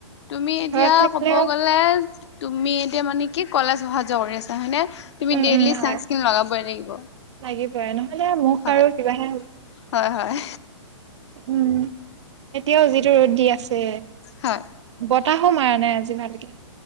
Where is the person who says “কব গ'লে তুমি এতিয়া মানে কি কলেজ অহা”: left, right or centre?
Left